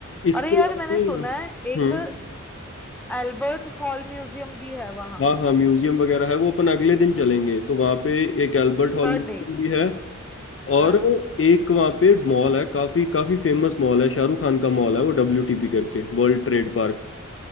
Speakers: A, on the left; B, in the centre.
A: इसके
B: अरे
A: अलावा
B: यार मैंने
A: तो यार-
B: सुना है एक
A: हम्म
B: एल्बर्ट हॉल म्यूजियम भी है वहाँ
A: हाँ हाँ म्यूजियम वगैरह है वो अपन अगले दिन चलेंगे तो वहाँ पे एक एल्बर्ट हॉल
B: Third
A: म्यूजियम
B: day
A: भी है और
B: हाँ
A: एक वहाँ पे मॉल है काफी काफी फेमस मॉल है शाहरुख खान का मॉल है वो डब्ल्यूटीपी करके वर्ल्ड ट्रेड पार्क